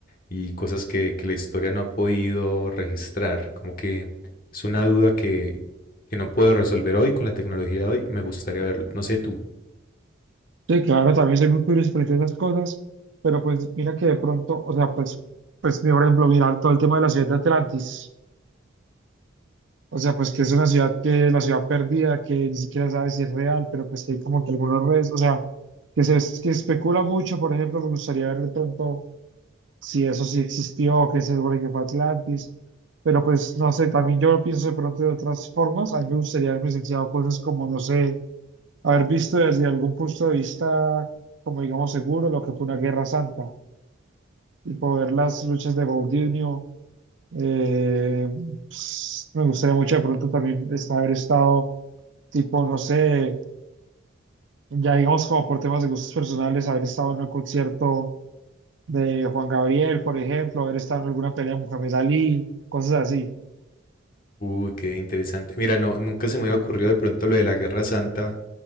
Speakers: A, on the left; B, on the right.
A: y cosas que, que la historia no ha podido registrar. Como que es una duda que, que no puedo resolver hoy con la tecnología de hoy. Me gustaría verlo. No sé tú.
B: Sí, claro, también soy muy curioso frente a esas cosas, pero pues mira que de pronto, o sea, pues, pues mira, por ejemplo, mira todo el tema de la ciudad de Atlantis, o sea, pues que es una ciudad que es la ciudad perdida, que ni siquiera sabe si es real, pero pues que hay como que algunos redes, o sea, que se que especula mucho, por ejemplo, me gustaría ver de pronto si eso sí existió, que se supone que fue Atlantis, pero pues no sé, también yo pienso de pronto de otras formas, a mí me gustaría haber presenciado cosas como, no sé, haber visto desde algún punto de vista, como digamos, seguro lo que fue una guerra santa, y poder las luchas de Baudinio. eh, pues, me gustaría mucho de pronto también es- haber estado, tipo, no sé, ya digamos como por temas de gustos personales, haber estado en un concierto de Juan Gabriel, por ejemplo, haber estado en alguna pelea de Muhammad Ali, cosas así.
A: Uy, qué interesante. Mira, no, nunca se me había ocurrido de pronto lo de la Guerra Santa,